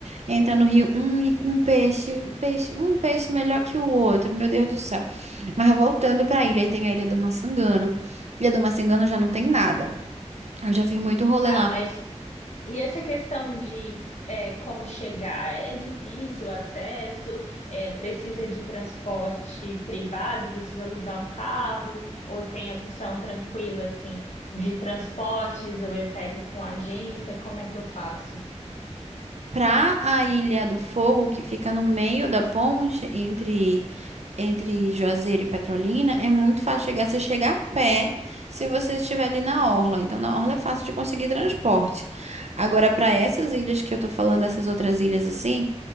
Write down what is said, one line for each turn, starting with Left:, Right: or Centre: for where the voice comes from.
Right: entra no rio, hum, e com um peixe, um peixe, um peixe melhor que o outro, meu Deus do céu. Mas voltando pra ilha, aí tem a Ilha do Maçangano. Ilha do Maçangano já não tem nada. Eu já fiz muito rolê
Left: Tá,
Right: lá.
Left: mas e essa questão de é, como chegar? É difícil o acesso? É, precisa de transporte privado? Precisa alugar um carro? Ou tem opção tranquila, assim, de transportes? Ou eu pego com agência? Como é que eu faço?
Right: Pra a Ilha do Fogo, que fica no meio da ponte entre entre Juazeiro e Petrolina, é muito fácil chegar. Você chega a pé se você estiver ali na orla. Então, na orla é fácil de conseguir transporte. Agora, para essas ilhas que eu tô falando, essas outras ilhas assim,